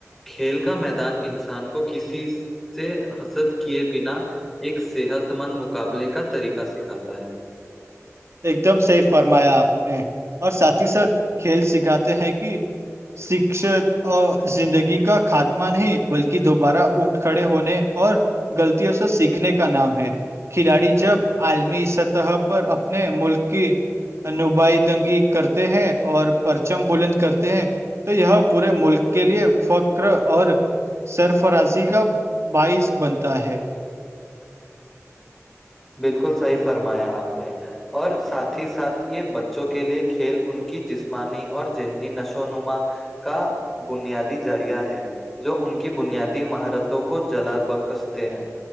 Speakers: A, in the centre; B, on the right.
A: کھیل کا میدان انسان کو کسی سے حسد کیے بنا ایک صحت مند مقابلے کا طریقہ سکھاتا ہے
B: ایک دم صیف فرمایا آپ نے اور ساتھ ہی ساتھ کھیل سکھاتے ہیں کہ شکشا اور زندگی کا خاتمہ نہیں بلکہ دوبارہ اٹھ کھڑے ہونے اور غلطوں سے سیکھنے کا نام ہے کھلاڑی جب عالمی سطح پر نے ملک کی نبائی دنگی کرتے ہیں اور پرچم بلند کرتے ہیں تو یہ پورے ملک کے لیے فکر اور سرفرازی کا باعث بنتا ہے
A: بالکل صحیح فرمایا آپ نے اور ساتھ ہی ساتھ یہ بچوں کے لیے کھیل ان کی جسمانی اور ذہنی نشو نما کا بنیادی ذریعہ ہے جو ان کی بنیادی مہارتوں کو جلا بکستے ہیں